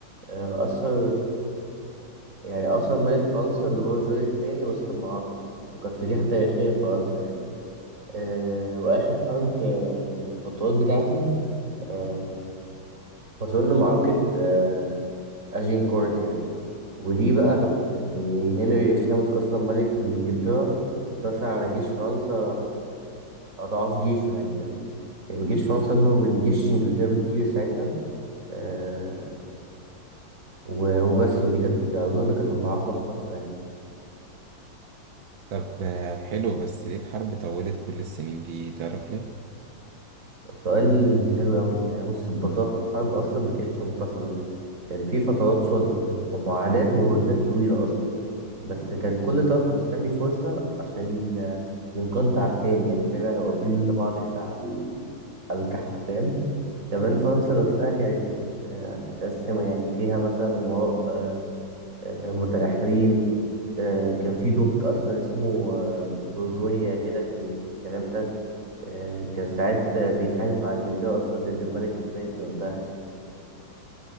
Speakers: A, on the right (about 40°); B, on the right (about 85°).
A: آه، اثر يعني اثر ملك فرنسا اللي هو جون الثاني وسط المعركه وكانت فضيحه تاريخيه لفرنسا يعني آه، واخر حرب آه، من المفضلات بتاعتي آه، اظن معركه آه، اجينكورت يعني ودي بقى تحفه يعني هنري الخامس اصلا ملك انجلترا انتصر على جيش فرنسا اضعاف جيشه يعني كان كان جيش فرنسا اكبر من جيش انجلترا بكتير ساعتها آه، و- وبس ودي كانت أظن كانت أم عقب فصل يعني
B: طب آه، حلو بس ليه الحرب طولت كل السنين دي تعرف ليه؟
A: سؤال حلو أوي يعني بص ببساطة الحرب أصلا ما كانتش متصلة كان في فترات صلح ومعاهدات وهدنات طويلة أصلا بس كان كل طرف مستني فرصة عشان آه، ينقض على التاني يعني فاهم يعني واقفين لبعض كده على ال- على الكحة فاهم كمان فرنسا نفسها كانت مت- آه، متقسمة يعني فيها مثلا أمراء آه، آه، متنحرين آه، كان في دوك اصلا اسمه آه، بورجونيا كده كان الكلام ده آه، كان ساعات آه، بيتحالف مع انجلترا اصلا ضد الملك الفرنسي وقتها يعني